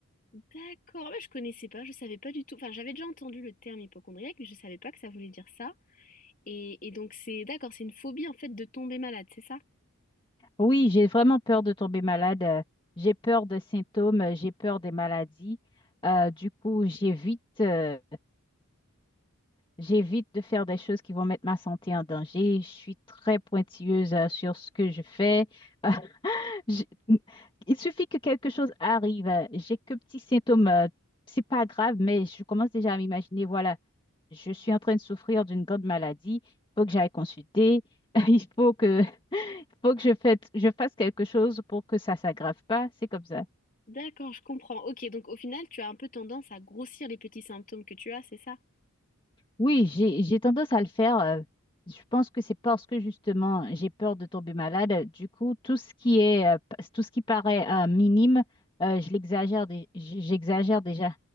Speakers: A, on the left; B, on the left.
A: d'accord ouais, je connaissais pas je savais pas du tout enfin j'avais déjà entendu le terme hypocondriaque mais je savais pas que ça voulait dire ça et, et donc c'est d'accord c'est une phobie en fait de tomber malade c'est ça
B: Oui, j'ai vraiment peur de tomber malade. euh, J'ai peur des symptômes, euh, j'ai peur des maladies. Euh, du coup, j'évite, euh, j'évite de faire des choses qui vont mettre ma santé en danger. Je suis très pointilleuse euh, sur ce que je fais. <laughs> J'ai- Il suffit que quelque chose arrive. euh, J'ai que petits symptômes. euh, C'est pas grave, mais je commence déjà à m'imaginer, voilà, je suis en train de souffrir d'une grande maladie. Il faut que j'aille consulter. <laughs> Il faut que, <laughs> il faut que je fasse, je fasse quelque chose pour que ça s'aggrave pas. C'est comme ça.
A: D'accord, je comprends. Ok, donc au final, tu as un peu tendance à grossir les petits symptômes que tu as, c'est ça?
B: Oui, j'ai, j'ai tendance à le faire. euh, Je pense que c'est parce que justement, j'ai peur de tomber malade. euh, Du coup, tout ce qui est, euh, p- tout ce qui paraît euh, minime, euh, je l'exagère, dé- j- j'exagère déjà.